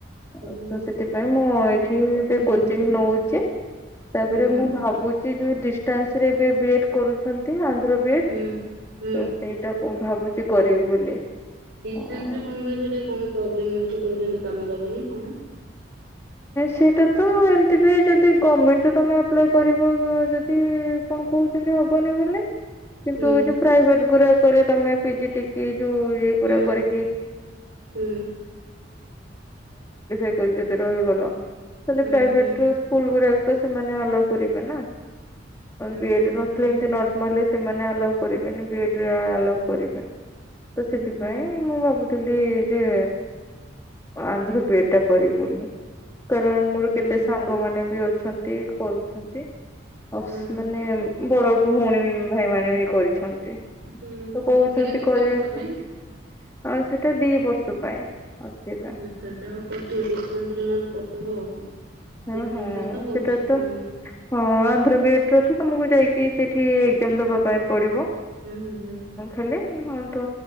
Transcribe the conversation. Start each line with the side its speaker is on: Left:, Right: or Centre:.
Left: ଆ
Right: ହୁଁ
Left: ତ ସେଥିପାଇଁ ମୁଁ ଏଇଠି
Right: ହୁଁ
Left: ବି କୋଚିଂ ନଉଛି ତାପରେ
Right: ହୁଁ
Left: ମୁଁ ଭାବୁ ଯୋଉ ଡିଷ୍ଟାନ୍ସ ରେ ଏବେ ବି ଏଡ୍ କରୁଛନ୍ତି ଆନ୍ଧ୍ର ବି
Right: ହୁଁ ହୁଁ
Left: ତ ସେଇଟାକୁ ଭାବୁଛି କରିବି ବୋଲି
Right: ଡିଷ୍ଟାନ୍ସ
Left: ହଁ
Right: ରେ କଣ କ ସେଟା କଣ ପ୍ରୋବ୍ଲେମ ହଉଛି କହୁଛନ୍ତି କାମ ଦବନି କଣ।
Left: ସେଇଟା ତ ଏମିତି ବି ଯଦି ଗଭର୍ଣମେଣ୍ଟରେ ତମେ ଆପ୍ଲାଏ କରିବ ଯଦି କଣ କହୁଛନ୍ତି ହବନି ବୋଲି। କିନ୍ତୁ
Right: ହୁଁ
Left: ଯୋଉ ପ୍ରାଇଭେଟ ଗୁଡାକରେ ତମେ ପିଜି ଟି କି ଯୋଉ <unintelligible>
Right: ହୁଁ
Left: ରହିଗଲ
Right: ହୁଁ
Left: ତାଲେ
Right: ହୁଁ
Left: ପ୍ରାଇଭେଟ
Right: ହୁଁ
Left: ସ୍କୁଲ ଗୁଡା ତ ସେମାନେ ଆଲାଓ କରିବେ ନା। ବିଏଡ
Right: ହୁଁ
Left: ନଥିଲେ
Right: ହୁଁ ହୁଁ
Left: ଏମତି ନର୍ମାଲି ସେମାନେ ଆଲାଓ କରିବେନି। ଆଲାଓ କରିବେ ତ
Right: ହୁଁ
Left: ସେଥିପାଇଁ
Right: ହୁଁ
Left: ମୁଁ ଭାବୁଛି ଥିଲି ଯେ ଆନ୍ଧ୍ର ବି ଏଡ ଟା କରିବି ବୋଲି। କାରଣ ମୋର
Right: ହୁଁ
Left: କେତେ ସାଙ୍ଗ ମାନେ ବି ଅଛନ୍ତି କରୁଛନ୍ତି ଆ
Right: ହୁଁ ହୁଁ
Left: ମାନେ ବଡ ଭଉଣୀ ଭାଇ ମାନେ ବି କରିଛନ୍ତି ତ
Right: ହୁଁ
Left: କହୁଛନ୍ତି
Right: ସେଟା କେତେ
Left: କରିବାକୁ।
Right: ବର୍ଷ ପାଇଁ?
Left: ହଁ ସେଇଟା ଦି ବର୍ଷ ପାଇଁ। ଅଛି ଏକା।
Right: ଆଚ୍ଛା ଆଛା ଆଉ କରିଦିଅ ଦିଷ୍ଟାନସ ରେ ନହେଲେ କରିଦବ ଆଉ କଣ।
Left: ହଁ
Right: ଡିଷ୍ଟାନ୍ସ
Left: ହଁ
Right: ରେ ତ ହଉଛି
Left: ସେଟା
Right: ହୁଁ
Left: ତ ହଁ ଆନ୍ଧ୍ରପ୍ରେଟର ତ ତୁମକୁ ଯାଇକି ସେଇଠି ଏକ୍ଜାମ ଦେବା ପାଇଁ ପଡ଼ିବ।
Right: ହୁଁ ହୁଁ
Left: ହେଲେ ତ